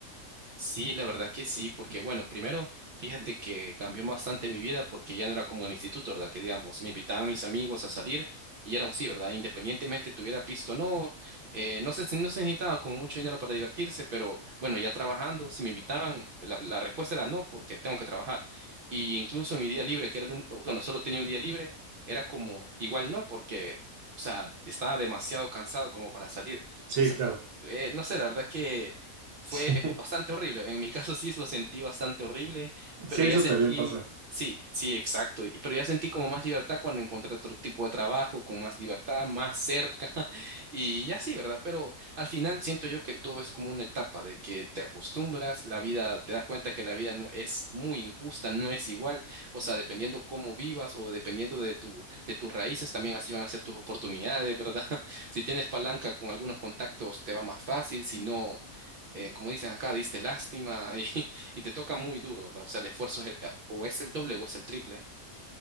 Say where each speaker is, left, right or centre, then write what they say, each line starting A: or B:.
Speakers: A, on the right; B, on the right.
A: Sí, la verdad que sí, porque bueno, primero, fíjate que cambió bastante mi vida porque ya no era como en el instituto, ¿verdad? Que digamos, me invitaban mis amigos a salir y era un sí, ¿verdad? Independientemente tuviera pisto o no, eh, no se, no se necesitaba como mucho dinero para divertirse, pero bueno, ya trabajando, si me invitaban, la, la respuesta era no, porque tengo que trabajar. Y incluso en mi día libre, que era el único, bueno, solo tenía un día libre, era como igual no, porque, o sea, estaba demasiado cansado como para salir.
B: Sí,
A: O sea,
B: claro. <laughs>
A: eh, no sé, la verdad que... Fue
B: Sí,
A: bastante horrible. En mi caso sí lo sentí bastante horrible, pero
B: sí, eso
A: ya sentí,
B: también pasa.
A: sí, sí, exacto. y- Pero ya sentí como más libertad cuando encontré otro tipo de trabajo, con más libertad, más cerca. <laughs> Y ya sí, ¿verdad? Pero al final siento yo que todo es como una etapa de que te acostumbras, la vida, te das cuenta que la vida no es muy injusta, no es igual. O sea, dependiendo cómo vivas o dependiendo de tu, de tus raíces, también así van a ser tus oportunidades, ¿verdad? <laughs> Si tienes palanca con algunos contactos, te va más fácil, si no eh, como dicen acá, diste lástima y, <laughs> y te toca muy duro, ¿verdad? O sea, el esfuerzo es, o es el doble o es el triple. <laughs>